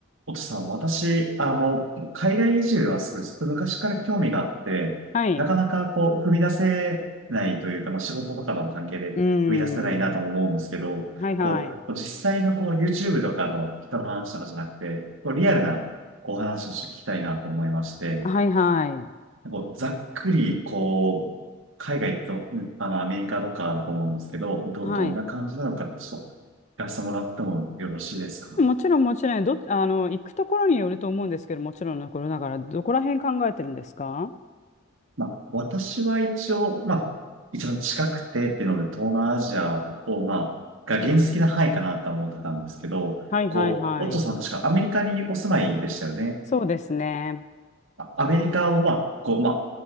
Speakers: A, on the right (about 70°); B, on the left (about 35°).
A: おとさん、私、あの、海外移住はすごいずっと昔から興味があって、
B: はい。
A: なかなかこう、
B: う
A: 踏み出せないというか、まあ、仕事とかの関係で踏み出せないなとも思うんですけど、
B: ーん。はいはい。
A: こう、実際のこう、YouTube とかの人の話とかじゃなくて、こう、リアルなお話をして聞きたいなと思いまして、
B: はいはい。
A: こう、ざっくり、こう、海外と、あの、アメリカとかだと思うんですけど、ど、
B: はい。
A: どんな感じなのか、ちょっと、聞かせてもらってもよろしいですか
B: もちろんもちろん、どっ、あの、行くところによると思うんですけど、もちろんのことだから、どこら辺考えてるんですか
A: まあ、私は一応、まあ、一番近くてっていうので、東南アジアを、まあ、が原始的な範囲かなとは思ってたんですけど、
B: はいはいはい。
A: こう、オッチョさん確かアメリカにお住まいでしたよね。
B: そうですね。
A: まあアメリカを、まあ、こう、まあ、